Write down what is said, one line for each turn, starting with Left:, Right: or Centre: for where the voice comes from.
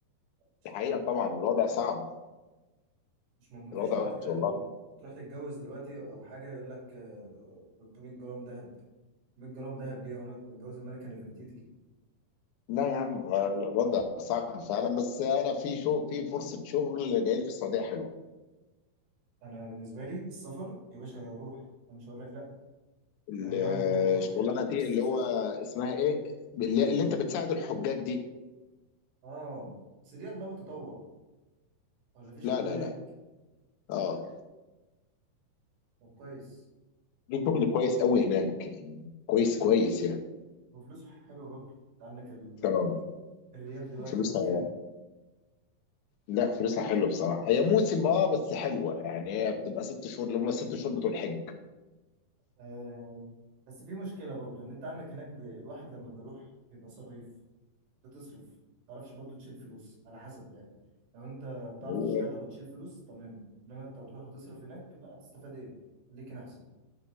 Right: عشان-
Left: الحقيقه طبعا الوضع صعب
Right: مش من... مفيش
Left: الوضع
Right: منطقية
Left: وحش والله
Right: انه تروح تتجوز دلوقتي او حاجة يقول لك آه، 300 جرام ذهب 100 جرام ذهب ليه وانا متجوز الملكة نفرتيتي
Left: لا يا عم هو الوضع صعب فعلا بس انا في شو في فرصه شغل جايه لي في السعوديه حلوه
Right: انا بالنسبة لي السفر يا باشا روح انا مش هقول لك لا
Left: ال-
Right: اي نعم غربة
Left: الشغلانه
Right: وكده بس
Left: دي اللي هو
Right: سافر
Left: اسمها ايه اللي اللي انت بتساعد الحجاج دي
Right: اه بس دي اغلبها تطوع ولا في شغل
Left: لا لا
Right: هناك
Left: لا اه
Right: طب كويس
Left: دي شغل كويس قوي هناك يعني كويس كويس يعني
Right: وفلوس حلوة برضه انت عندك ال
Left: اه
Right: الريال دلوقتي
Left: فلوسها
Right: هو بكام
Left: لا فلوسها حلوه بصراحه هي موسم اه بس حلوه يعني هي بتبقى ست شهور اللي هم الست شهور بتوع الحج
Right: آه بس في مشكلة برضو ان انت عندك هناك ب... الواحد لما بيروح بيبقى صريف بتصرف ما تعرفش برضو تشيل فلوس على حسب يعني لو انت بتعرف
Left: اللي هو
Right: تشتغل وتشيل فلوس تمام انما انت هتروح وتصرف هناك لا هتستفاد ايه خليك هنا احسن